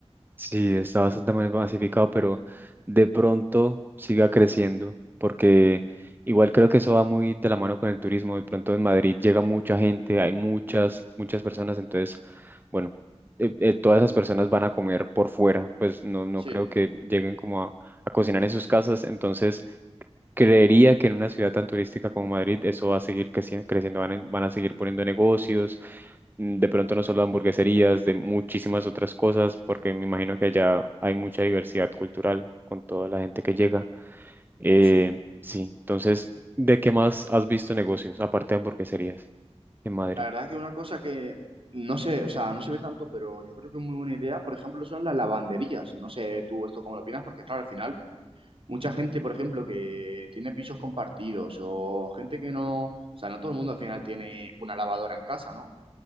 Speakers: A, on the right (about 20°); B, on the right (about 55°).
A: Sí, está bastante ma- masificado, pero de pronto siga creciendo, porque igual creo que eso va muy de la mano con el turismo. De pronto en Madrid llega mucha gente, hay muchas,
B: Mm,
A: muchas personas, entonces, bueno, eh, eh, todas esas personas van a comer por fuera, pues no, no
B: Sí,
A: creo que lleguen como a, a cocinar en sus casas, entonces Creería que en una ciudad tan turística como Madrid eso va a seguir creci- creciendo, van a, van a seguir poniendo negocios, mm, de pronto no solo hamburgueserías, de muchísimas otras cosas, porque me imagino que allá hay mucha diversidad cultural con toda la gente que llega. Eh,
B: sí.
A: sí, entonces, ¿de qué más has visto negocios, aparte de hamburgueserías en Madrid?
B: La verdad que una cosa que no sé, o sea, no se ve tanto, pero yo creo que es muy buena idea, por ejemplo, son las lavanderías. No sé tú esto cómo lo opinas, porque claro, al final, mucha gente, por ejemplo, que tiene pisos compartidos o gente que no, o sea, no todo el mundo al final tiene una lavadora en casa, ¿no?